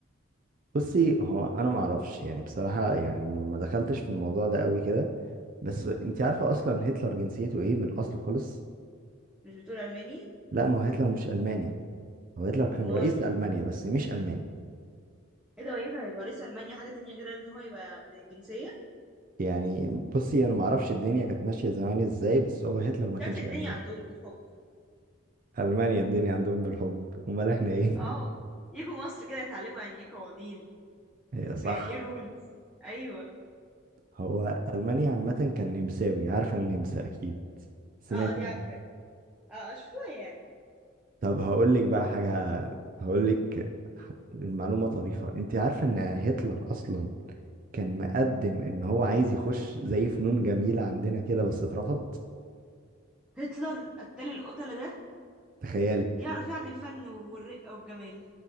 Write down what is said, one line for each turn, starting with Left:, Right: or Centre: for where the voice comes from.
Right: بصي هو أنا معرفش يعني بصراحة يعني ما دخلتش في الموضوع ده قوي كده بس انت عارفة اصلا هتلر جنسيته ايه من الاصل خالص
Centre: مش بتقول الماني
Right: لا ما هو هتلر مش الماني هو هتلر كان
Centre: امال
Right: رئيس المانيا بس مش الماني
Centre: ايه ده هو ينفع يبقى رئيس المانيا حاجه تانية غير ان هو يبقى من الجنسيه
Right: يعني بصي انا ما اعرفش الدنيا كانت ماشيه زمان ازاي بس هو هتلر ما كانش
Centre: شكل الدنيا
Right: الماني
Centre: عندهم بالحب
Right: المانيا الدنيا عندهم بالحب امال احنا ايه
Centre: اه
Right: <laughs>
Centre: يجوا مصر كده يتعلموا يعني ايه قوانين
Right: هي صح
Centre: ويعني ايه رولز ايوه
Right: هو المانيا عامه كان نمساوي عارفه النمسا اكيد سمعتي
Centre: اه آه، دي
Right: عنه
Centre: عارفه اه آه، شويه يعني
Right: طب هقول لك بقى حاجه هقول لك المعلومه طريفه انت عارفه ان هتلر اصلا كان مقدم ان هو عايز يخش زي فنون جميله عندنا كده بس اترفض
Centre: هتلر قتال القتله ده
Right: تخيلي
Centre: يعرف يعني الفن والرقه والجمال